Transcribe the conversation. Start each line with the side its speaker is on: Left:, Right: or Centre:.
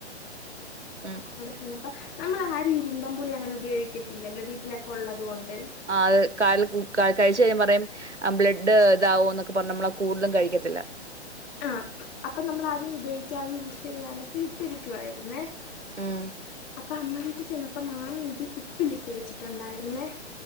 Right: ഉം
Left: ചെന്നപ്പം നമ്മളാരും ഇരുമ്പം പുളി അങ്ങനെ ഉപയോഗിക്കത്തില്ലല്ലോ വീട്ടിലൊക്കെ ഉള്ളത് കൊണ്ട്
Right: ആ അത് <unintelligible> കഴിച്ചയ്‌ഞാ പറയും ബ്ലഡ് ഇണ്ടാവോ എന്നൊക്കെ പറഞ്ഞ് നമ്മളാ കൂടുതല് കഴിക്കത്തില്ല.
Left: ആ അപ്പൊ നമ്മൾ ആരും ഉപയോഗിക്കാതെ യൂസ് ചെയ്യാണ്ടൊക്കെ ഇട്ടിരിക്കുവായിരുന്നേ
Right: ഉം
Left: അപ്പൊ അമ്മ വീട്ട് ചെന്നപ്പോ മാങ്ങ ഇത് ഉപ്പിലിട്ട് വെച്ചിട്ടുണ്ടായിരുന്നേ